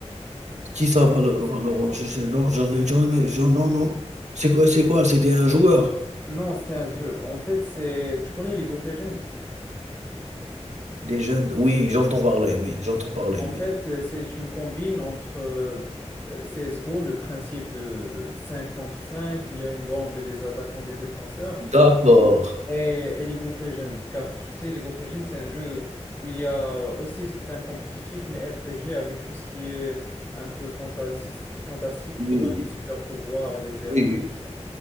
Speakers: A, on the right; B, on the left.
A: qui ça, Valo- Valorant? Je, je- non, j'en ai, j'en ai- j'en- non, non. C'est quoi, c'est quoi? C'était un joueur.
B: Non, c'est un jeu. En fait, c'est... Tu connais League of Legends?
A: Les jeunes, oui, j'entends parler, oui, j'entends parler,
B: En fait,
A: oui.
B: euh, c'est une combine entre euh, euh, CSGO, le principe de euh, 5 contre cinq il y a une bombe et des attaquants et des défenseurs.
A: D'accord.
B: Et, et League of Legends, car tu sais, League of Legends, c'est un jeu où il y a aussi, c'est un compétitif, mais RPG avec tout ce qui est un peu fantasiste, fantastique, tu
A: Oui,
B: vois, les super pouvoirs, les héros,
A: oui, oui,
B: tout ça.